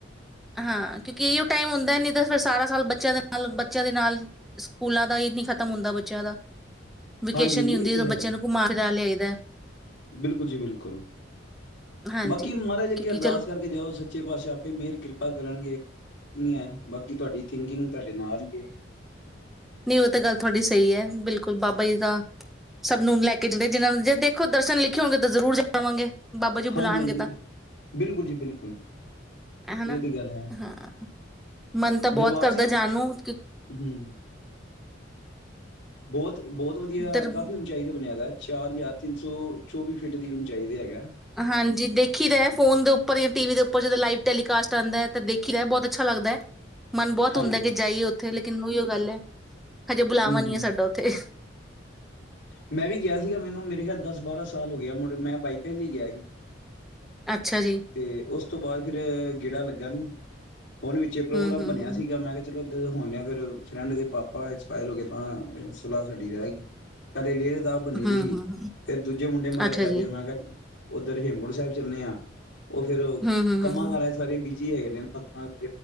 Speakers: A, in the centre; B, on the left.
A: ਹਾਂ, ਕਿਉਂਕਿ ਇਹੀਓ ਟਾਈਮ ਹੁੰਦਾ ਨਹੀਂ ਤਾਂ ਫਿਰ ਸਾਰਾ ਸਾਲ ਬੱਚਿਆਂ ਦੇ ਨਾਲ ਬੱਚਿਆਂ ਦੇ ਨਾਲ ਸਕੂਲਾਂ ਦਾ ਇਹ ਨਹੀਂ ਖ਼ਤਮ ਹੁੰਦਾ ਬੱਚਿਆਂ ਦਾ ਵੇਕੇਸ਼ਨ
B: ਹਾਂਜੀ ਹਾਂਜੀ
A: ਨਹੀਂ ਹੁੰਦੀ
B: ਇਹ ਤੇ
A: ਜਦੋਂ ਬੱਚੇ
B: ਹੈ
A: ਬੱਚਿਆਂ
B: ਹੀ
A: ਨੂੰ ਘੁਮਾ ਫਿਰਾ ਲਿਆਈ
B: ਬਿਲਕੁਲ ਜੀ ਬਿਲਕੁਲ
A: ਹਾਂਜੀ
B: ਬਾਕੀ ਮਹਾਰਾਜ
A: ਕਿਉਂਕਿ
B: ਕੇ ਅਰਦਾਸ
A: ਚਲੋ
B: ਕਰਕੇ ਜਾਓ ਸੱਚੇ ਪਾਤਸ਼ਾਹ ਆਪੇ ਮੇਹਰ ਕਿਰਪਾ ਕਰਨਗੇ ਹੈ ਬਾਕੀ ਤੁਹਾਡੀ। ਥਿੰਕਿੰਗ ਤੁਹਾਡੇ ਨਾਲ ਹੀ
A: ਨਹੀਂ ਉਹ ਤਾਂ ਗੱਲ ਤੁਹਾਡੀ ਸਹੀ ਹੈ ਬਿਲਕੁਲ ਬਾਬਾ ਜੀ ਤਾਂ ਸਭ ਨੂੰ ਲੈ ਕੇ ਜਾਂਦੇ ਜਿਹ ਜੇ ਦੇਖੋ ਦਰਸ਼ਨ ਲਿਖੇ ਹੋਗੇ ਤਾਂ ਜ਼ਰੂਰ ਜਾਵਾਂਗੇ ਬਾਬਾ ਜੀ
B: ਹਾਂਜੀ
A: ਬੁਲਾਣਗੇ
B: ਹਾਂਜੀ,
A: ਤਾਂ
B: ਬਿਲਕੁਲ ਜੀ ਬਿਲਕੁਲ
A: ਹਨਾ
B: ਇਹ ਤੇ ਗੱਲ ਹੈ
A: ਹਾਂ ਮਨ ਤਾਂ ਬਹੁਤ
B: ਦਰਬਾਰ
A: ਕਰਦਾ
B: ਸਾਹਿਬ
A: ਜਾਣ ਨੂੰ ਕਿ
B: ਹੂੰ। ਬਹੁਤ ਬਹੁਤ ਵਧੀਆ
A: ਦਰ
B: ਕਾਫੀ ਹੁਣ ਚਾਹੀਦਾ ਬਣਿਆ ਦਾ ਚਾਰ ਯਾਰ ਤਿੰਨ ਸੌ ਚੌਵੀ ਫੀਟ ਦੀ ਚਾਹੀਦੇ ਹੈਗਾ ਏ।
A: ਹਾਂਜੀ ਦੇਖੀ ਦਾ ਹੈਂ ਫੋਨ ਦੇ ਉਪਰ ਯਾ ਟੀਵ ਦੇ ਉਪਰ ਜਦੋਂ ਲਾਈਵ ਟੈਲੀਕਾਸਟ ਆਂਦਾ ਹੈ, ਤਾਂ ਦੇਖੀ ਦਾ ਹੈਂ। ਬਹੁਤ ਅੱਛਾ ਲੱਗਦਾ ਹੈ। ਮਨ ਬਹੁਤ
B: ਹਾਂਜੀ
A: ਹੁੰਦਾ
B: ਹਾਂਜੀ
A: ਕਿ ਜਾਈਏ ਉੱਥੇ ਲੇ ਲੇਕਿਨ ਉਹਿਓ ਗੱਲ ਹੈ। ਹਜੇ ਬੁਲਾਵਾਂ
B: ਹਮ
A: ਨੀ
B: ਹਮ
A: ਐ ਸਾਡਾ ਉੱਥੇ।
B: ਮੈਂ ਵੀ ਗਿਆ ਸੀਗਾ, ਮੈਨੂੰ ਮੇਰੇ ਖਿਆਲ ਦਸ ਬਾਰਾਂ ਸਾਲ ਹੋ ਗਏ ਏ, ਮੁੜ ਮੈਂ ਬਾਈਕ ਏਤੇ ਗਿਆ ਸੀ।
A: ਅੱਛਾ ਜੀ
B: ਤੇ ਉਸ ਤੋਂ ਬਾਅਦ ਫਿਰ ਗੇੜਾ ਲੱਗ ਗਣ ਹੁਣ ਵਿੱਚ ਇਹ ਪ੍ਰੋਗਰਾਮ
A: ਹੂੰ ਹੂੰ
B: ਬਣਿਆ
A: ਹੂੰ
B: ਸੀਗਾ, ਮੈਂ ਕਿਹਾ ਚਲੋ ਜਦੋਂ ਹੋਣੇ ਹਾਂ ਫਿਰ ਫਰੈਂਡ ਦੇ ਪਾਪਾ ਐਕਸਪਾਇਰ ਹੋ ਗਏ ਤਾਂ ਸਲਾਹ ਸਾਡੀ ਰਹਿ ਗਈ। ਪਹਿਲੇ ਲਏ ਸਲਾਹ ਬੰਨੀ
A: ਹੂੰ
B: ਦੀ ਹੀ,
A: ਹੂੰ ਹੂੰ
B: ਫੇਰ ਦੂਜੇ ਮੁੰਡੇ ਮਗਰ
A: ਅੱਛਾ
B: ਪੈ
A: ਜੀ
B: ਗਏ, ਮੈਂ ਕਿਹਾ ਉੱਧਰ ਹੇਮਕੁੰਟ ਸਾਹਿਬ ਚੱਲੇ ਆ। ਉਹ ਫਿਰ
A: ਹੂੰ ਹੂੰ
B: ਕੰਮਾਂ
A: ਹੂੰ ਹੂੰ
B: ਕਾਰਾ ਚ ਸਾਰੇ ਬੀ ਜੀ ਹੈਗੇ ਨੇ <unintelligible>